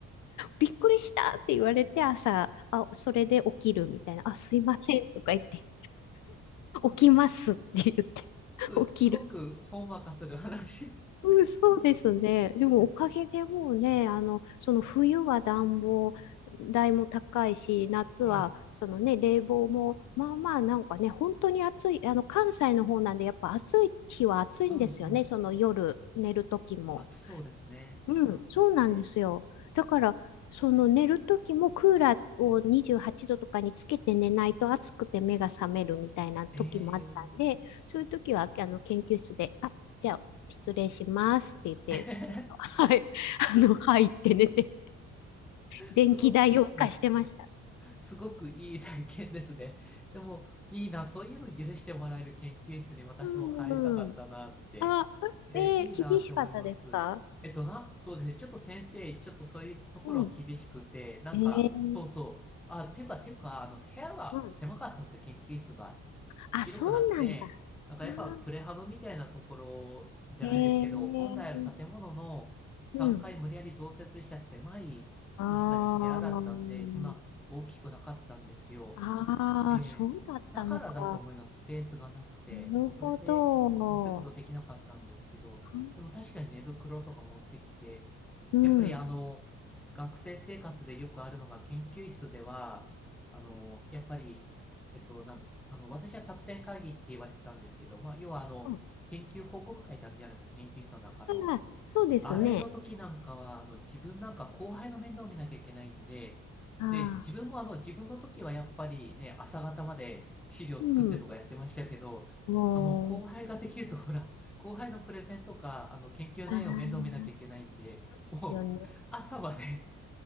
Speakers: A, on the left; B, in the centre.
A: びっくりしたって言われて朝、あ、それで起きるみたいな。あ、すいませんとか言って、起きますって言って、
B: す、
A: <laughs> 起きる。
B: すごくほんわかする話。
A: うん、
B: <laughs>
A: そうですね。
B: すごく
A: でもおかげでもうね、
B: いいですね。
A: あの、その冬は暖房代も高いし、夏はそのね、
B: ええ、
A: 冷房も、まあまあなんかね、本当に暑い、あの、関西の方なんで、やっぱ暑い日は暑いんですよね、
B: うんうん。
A: その夜寝る時も。
B: 暑そうですね。
A: うん、
B: 関西って。
A: そうなんですよ。だから、その寝る時もクーラーを28度とかにつけて寝ないと暑くて目が覚めるみたいな時もあったんで、
B: え
A: そういう時はあの研究室で、あ、じゃあ失礼しますって言って、
B: え
A: <laughs> はい、あの、はいって寝て、
B: <laughs>
A: 電気代を浮かしてました。
B: すごく、うんすごくいい体験ですね。<laughs> でも、いいな、そういうの許してもらえる研究室に私も入りたかったなって。
A: うんうん。あ、
B: え、
A: えー、
B: いいなって思います。
A: 厳しかったですか
B: えっとな、そうですね。ちょっと先生、ちょっとそういうところは厳しくて、
A: うん。
B: なんか、
A: えー、
B: そうそう。あ、ていうか、ていうか、あの、部屋が狭かったんですよ。
A: うん。
B: 研究室が。
A: あ、
B: 広くなくて、
A: そうなんだ。
B: なんかやっぱプレハブみたいなところじゃないですけど、
A: あーえー、
B: 本来ある建物の3階無理やり増設した狭い、
A: うん。あー
B: 確かに部屋だったんで、そんな大きくなかったんですよ。
A: あー、
B: ええだからだと思います。
A: そうだったのか。
B: スペースがなくて。
A: なるほど。
B: それで、うんそういうことできなかったんですけど、
A: うん。
B: でも確かに寝袋とか持ってきて、
A: うん
B: やっぱりあの、学生生活でよくあるのが研究室では、あの、やっぱり、えっと、なんです。あの、私は作戦会議って言われてたんですけど、まあ、要はあの、
A: うん。
B: 研究報告会ってあるじゃないですか、研究室の中の。
A: ああ、そうですね。
B: あれの時なんかは、あの、自分なんか後輩の面倒を見なきゃいけないんで、
A: ああ、
B: で、自分もあの、自分の時はやっぱりね、朝方まで資料作ってとかやってましたけど、
A: うん。も
B: あの、後輩ができると、ほら、<laughs> 後輩のプレゼンとか、あの、研究内容を面倒見なきゃいけないんで、
A: う、ああ、そうですよね。
B: もう、朝まで